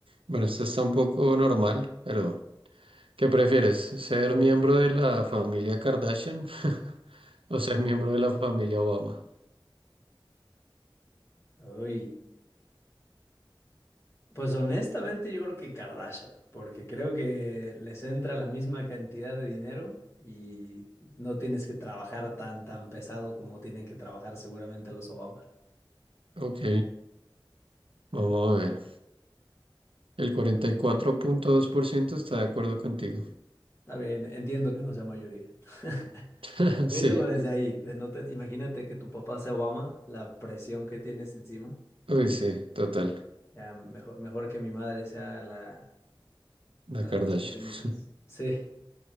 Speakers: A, on the right; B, on the left.
A: bueno, esto está un poco normal, pero ¿qué prefieres? ¿Ser miembro de la familia Kardashian <laughs> o ser miembro de la familia Obama?
B: Uy, pues honestamente yo creo que Kardashian, porque creo que les entra la misma cantidad de dinero y no tienes que trabajar tan, tan pesado como tienen que trabajar seguramente los Obama.
A: Ok, vamos a ver. El cuarenta y cuatro punto dos por ciento está de acuerdo contigo.
B: Está bien, entiendo que no sea mayoría. <laughs>
A: <laughs>
B: Viéndolo
A: Sí,
B: desde ahí, de no te- imagínate que tu papá sea Obama, la presión que tienes encima.
A: uy, sí, total.
B: Ya mejor, mejor que mi madre sea la,
A: La
B: la
A: Kardashian.
B: de las polémicas.
A: <laughs>
B: Sí,